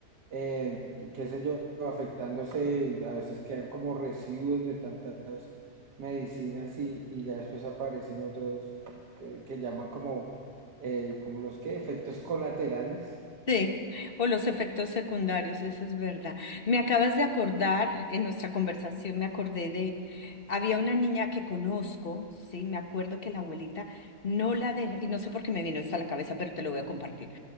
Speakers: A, on the right (about 85°); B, on the left (about 35°).
A: eh, qué sé yo, afectándose, a veces quedan como residuos de tantas medicinas y, y ya después aparecen otros que, que llaman como, eh, como los que, efectos colaterales,
B: Sí, o los efectos secundarios, eso es verdad. Me acabas de acordar, en nuestra conversación me acordé de, había una niña que conozco, sí, me acuerdo que la abuelita no la dejó, y no sé por qué me vino esto a la cabeza, pero te lo voy a compartir